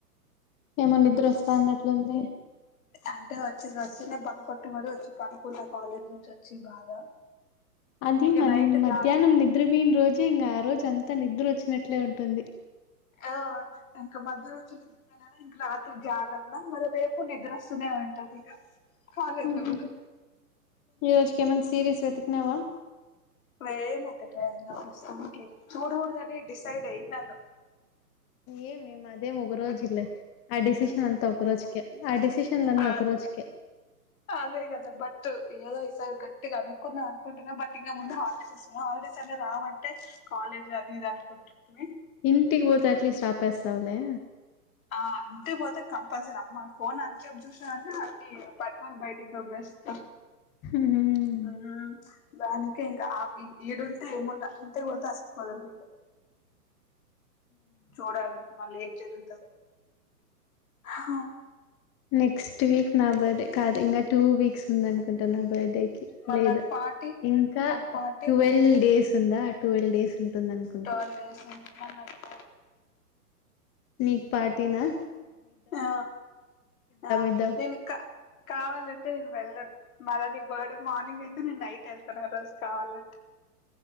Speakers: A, on the left; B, on the left.
A: ఏమో నిద్రస్తాన్నట్లుంది
B: అంటే వచ్చిడ్ వచ్చిన్నే బంకొట్టి మరి వచ్చి పనుకున్న కాలేజ్ నుంచి వచ్చి బాగా
A: అది
B: ఇంకా
A: మల్
B: నైట్
A: మధ్యాహ్నం
B: జాగ్
A: నిద్ర పీయన రోజే ఇంకగా ఆ రోజుంతా నిద్ర వొచ్చినట్లే ఉంటుంది
B: ఆ ఇంక మధ్యలచ్చి రాత్రి జాగర్త మరి రేపు నిద్ర అస్తూనే ఉంటదిగా కాలేజ్
A: ఆహా
B: లాగుడా
A: ఈ రోజుకేమన్న సీరీస్ వెతికినవా
B: లేదు అంత టైం ప్రస్తుతానికి చూడుకూడుదనే డిసైడ్ అయ్యినాను
A: ఏ మేం అదే మొగరోజిల్లే ఆ డిసిషన్ అంతా ఒక్కరోజుకే ఆ డిసిషన్లన్నీ
B: ఆ
A: ఒక్క రోజుకే
B: అదే కదా బట్టి ఏదో ఈసారి గట్టిగా అనుకున్నా అనుకుంటున్నా బట్ ఇంకా ముందు హాలిడేస్ హాలిడేస్ అన్న రావట్టే కాలేజ్ అది ఇది అనుకుంటుంటుని
A: ఇంటికి పోతే ఎట్లీస్ట్ ఆపేస్తావులే
B: ఆ ఇంటికిపోతే కంపల్సరీ అమ్మ ఫోన్ అంత చెప్పి చూసాంటే అన్ని పట్టుకోని బయటకు దొబ్బేస్తది
A: హుమ్
B: ఉమ్ దానికే ఇంకా ఆఫి ఇడుంటే ఏమన్నా ఇంతే కొతే అసలు దాసుకోవాలి అనిపితది చూడాలి మళ్ళ ఏం జరుగుతదో హా
A: నెక్స్ట్ వీక్ నా బర్డే కాదు ఇంగ టూ వీక్స్ ఉందనుకుంటా నా బిర్డే కి
B: మళ్ళీ
A: లేదు
B: నాకు పార్టీ
A: ఇంకా
B: నాకు పార్టీ
A: టువెల్వ్ డేస్ ఉందా టువెల్ డేస్ ఉంటుంది అనుకుంటా
B: టువెల్ డేస్ అంటే ఎట్లా మల్ల
A: నీకు పాటీనా
B: ఆ ఆ
A: ఇద్దాం
B: వెనుకా కావాలంటే నే వెళ్ళను మళ్ళ నీ బర్త్డే మార్నింగ్ అయితే నేను నైట్ వెళ్తాను ఆ రోజు కావాలే